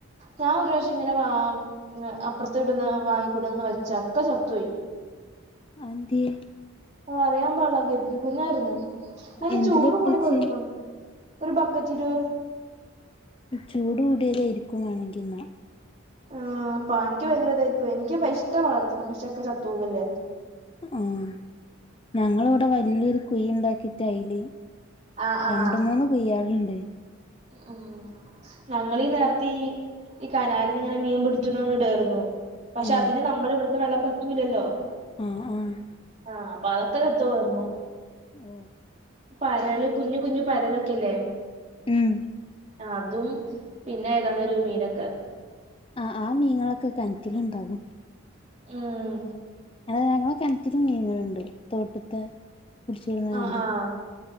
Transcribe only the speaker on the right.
ഞാൻ ഒരു പ്രാവശ്യം ഇങ്ങനെ വാ അപ്പുറത്ത് വിട്ന്ന് വാങ്ങിക്കൂടന്ന് വെച്ച ഒക്കെ ചത്തു പോയി.
അറിയാൻ പാടില്ല ഗപ്പിക്കുഞ്ഞായിരുന്നു അതിനെ
ചൂട്
കൂടി കൊഴപ്പം ഒരു ബക്കറ്റില്
ആഹ് അപ്പാനിക്ക് ഭയങ്കര ഇതായി പ്പോയി എനിക്ക് ഇഷ്ട്ടാ വളർത്തണ പക്ഷെ ഒക്കെ ചത്തവല്ലേ
ആഹ് ആഹ്
ഉം ഞങ്ങളി നേരത്തെ ഈ ഈ കനാലിത്തി ഇങ്ങനെ മീൻ പിടിച്ചണോന്ന് ഇടേർന്നു പക്ഷെ
അതിന് നമ്മള ഇവിട്ത്തെ വെള്ളം പറ്റൂലല്ലോ
ആഹ് അപ്പൊ അതക്കെ ചത്തുപ്പോർന്ന്
പരള് കുഞ്ഞ് കുഞ്ഞ് പരലൊക്കെല്ലേ
അതും പിന്നെ ഏതാണ്ട് ഒരു മീനൊക്കെ
ഉം
ആഹ് ആഹ്